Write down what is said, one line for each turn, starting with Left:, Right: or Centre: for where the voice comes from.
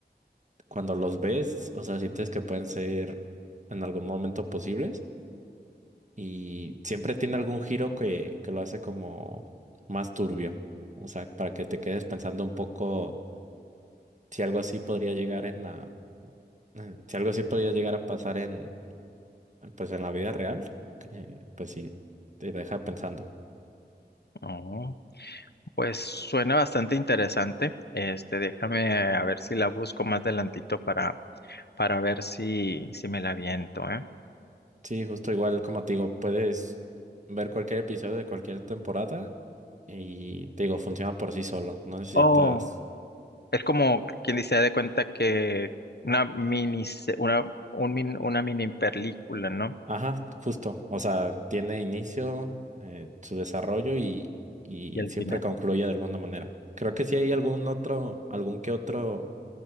Right: cuando los ves, o sea, sientes que pueden ser en algún momento posibles y siempre tiene algún giro que, que lo hace como más turbio. O sea, para que te quedes pensando un poco si algo así podría llegar en la, en- si algo así podría llegar a pasar en, pues en la vida real, que, pues sí, te deja pensando.
Left: Oh, pues suena bastante interesante. Este, déjame a ver si la busco más adelantito para, para ver si, si me la aviento, ¿eh?
Right: Sí, justo igual, como te digo, puedes ver cualquier episodio de cualquier temporada y te digo, funciona por sí solo. No necesitas
Left: Oh, es como quien dice, "Haz de cuenta que una mini, se- una, un min- una mini película, ¿no?
Right: Ajá, justo. O sea, tiene inicio, eh, su desarrollo y, y
Left: Y al
Right: siempre
Left: final.
Right: concluye de alguna manera. Creo que sí hay algún otro, algún que otro